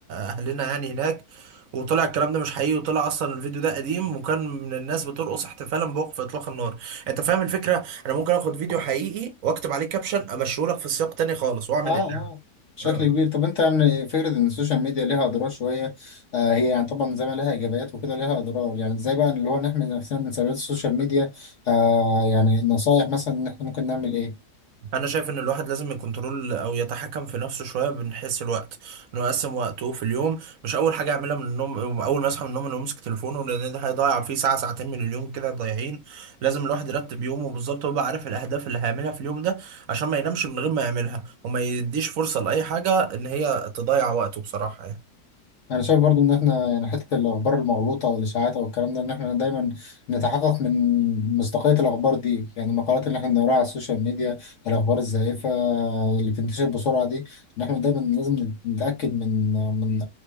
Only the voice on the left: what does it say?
اه
اه بشكل
كبير طب انت يعني فكرة ان السوشيال ميديا ليها اضرار شوية آه هي يعني طبعا زي ما ليها ايجابيات وكده ليها اضرار يعني ازاي بقى اللي هو نحمي نفسنا من سلبيات السوشيال ميديا آه يعني نصايح مثلا ان احنا ممكن نعمل ايه
انا شايف برضو ان احنا يعني حته الاخبار المغلوطه والاشاعات او الكلام ده ان احنا دايما نتحقق من مصداقيه الاخبار دي يعني المقالات اللي احنا بنقراها على السوشيال ميديا الاخبار الزائفه اللي بتنتشر بسرعه دي ان احنا دايما لازم نتاكد من من